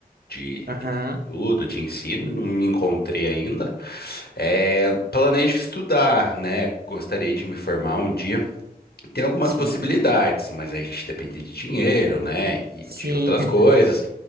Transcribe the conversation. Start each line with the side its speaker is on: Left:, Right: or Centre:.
Left: de
Right: Aham,
Left: tudo de ensino, não me encontrei ainda. É, planejo estudar, né? Gostaria de me formar um dia. Tem algumas
Right: sim.
Left: possibilidades, mas a gente depende de dinheiro, né? E
Right: Sim.
Left: de outras coisas.
Right: <laughs>